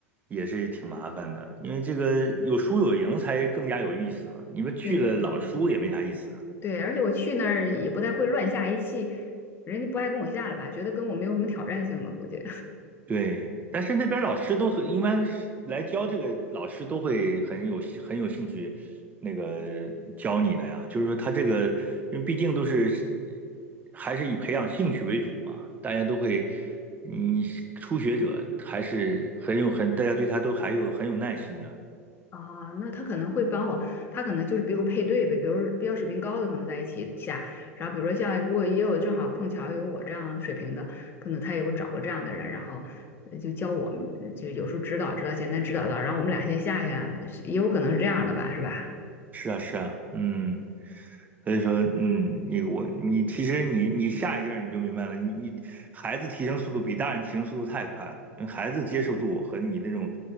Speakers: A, on the right; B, on the left.
A: 也是挺麻烦的，因为这个有输有赢才更加有意思嘛，你们去了老输也没啥意思。
B: 对对对，对，而且我去那儿也不太会乱下一气，人家不爱跟我下了吧，觉得跟我没有什么挑战性了，估计。
A: 对，但是那边老师都很，一般是来教这个老师都会很有兴很有兴趣，那个教你的呀。就是说他这个，因为毕竟都是还是以培养兴趣为主嘛，大家都会，你初学者还是很有很，大家对他都还有很有耐心的。
B: 啊，那他可能会帮我，他可能就是比如配对呗，比如比较水平高的可能在一起下，然后比如说像如果也有正好碰巧有我这样水平的，可能他也会找个这样的人，然后呃就教我们，就有时候指导指导，简单指导到，然后我们俩先下下，是也有可能是这样的吧，是吧？
A: 是啊，是啊，嗯。所以说，嗯，你我你其实你你下一阵儿你就明白了，你你孩子提升速度比大人提升速度太快了，因为孩子接受度和你那种